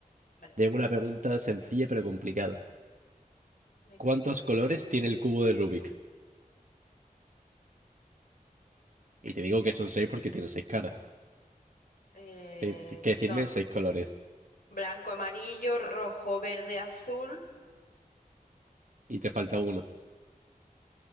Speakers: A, on the left (about 75°); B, on the right (about 60°).
A: Vale,
B: Tengo una pregunta sencilla pero complicada.
A: venga.
B: ¿Cuántos colores tiene el cubo de Rubik? Y te digo que son seis porque tiene seis caras.
A: Eh,
B: Sí, tienes que
A: son
B: decirme seis colores.
A: blanco, amarillo, rojo, verde, azul.
B: Y te falta uno.